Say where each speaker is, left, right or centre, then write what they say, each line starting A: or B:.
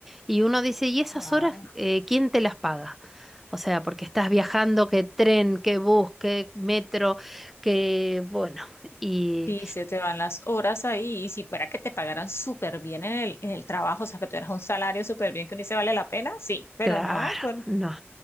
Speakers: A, in the centre; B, on the left.
A: y uno dice, ¿y esas
B: Wow.
A: horas eh, quién te las paga? O sea, porque estás viajando, que tren, que bus, que metro, que bueno, y
B: Sí, se te van las horas ahí y si fuera que te pagaran súper bien en el, en el trabajo, o sea, que tuvieras un salario súper bien que ni se vale la pena, sí, pero
A: claro.
B: no, por-
A: No,